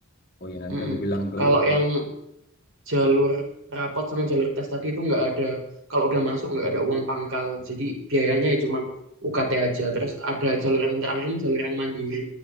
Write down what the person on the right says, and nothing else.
Mm-mm.
Kalau
yang jalur rapot sama jalur tes tadi itu nggak ada, kalau udah masuk nggak ada uang pangkal, jadi biayanya ya cuman UKT aja. Terus ada jalur yang terakhir ini jalur yang mandiri.